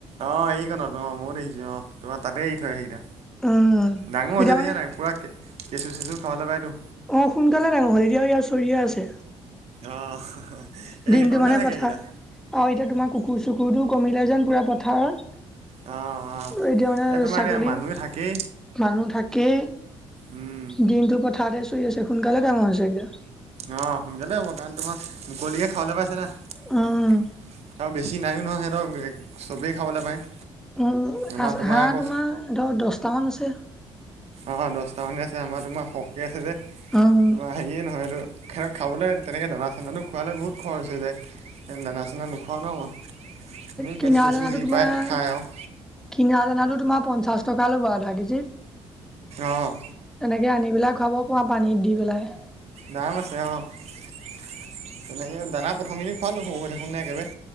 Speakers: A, on the right (about 60°); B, in the centre.
A: অ' সেই কনত অ' ময়ো দেখিছো অ' তোমাৰ তাতে এৰি থই সেইকেইটা
B: উম,
A: ডাঙৰ হৈছে
B: এতিয়া
A: দেখিছা
B: মানে
A: নে নাই পুৰা কেঁচু চেচু খাবলে পায়তো।
B: অঁ' সোনকালে ডাঙৰ হই এতিয়াও ইয়াত চৰিয়ে আছে
A: আহ' এই
B: দিনটো
A: সেইকণতে
B: মানে
A: থাকে
B: পথাৰ
A: সেইকেইটা।
B: আৰু এতিয়া তোমাৰ কুকুৰ চুকুৰটো কমিলে যেন পুৰা পথাৰত
A: অ', অ',
B: এতিয়া মানে
A: এই তোমাৰ
B: ছাগলী
A: এতিয়া মানুহে থাকেই
B: মানুহ থাকেই।
A: উম,
B: দিনটো পথাৰতে চৰি আছে সোনকালে ডাঙৰ হৈছে এইকেইটা
A: অ' সোনকালে হ'ব কাৰণ তোমাৰ মুকলিকে খাবলৈ পাইছে না
B: উম,
A: বেছি নাইও নহয় সিহঁতৰ চবেই খাবলৈ পায়।
B: উম'হাঁহ
A: আমাৰ তোমাৰ আকৌ
B: তোমাৰ ধৰ দহটামান আছে।
A: অ' দহটা মানে আছে আমাৰ তোমাৰ সৰহকে আছে যে
B: উম।
A: তোমাৰ হেৰীয়ে নহয় এইটো সিহঁতক খাবলৈ তেনেকৈ দানা চানাটো খোৱালে বহুত খৰচ হৈ যায় সেই দানা চানা নোখোৱাওঁ ন মই এই
B: কিনা
A: কেঁচু চেছু
B: দানাটো
A: যি
B: তোমাৰ
A: পায় খায় আৰু
B: কিনা দানাতো তোমাৰ পঞ্চাশ টকা ল'ব আধা কেজিত
A: অঁ'
B: এনেকে আনি পেলাই খুৱাব পৰা পানীত দি পেলাই।
A: দাম আছে অঁ' তেনেকৈ দানা প্ৰথমকেদিন খোৱালোঁ সৰু হৈ থাকোতে একেবাৰে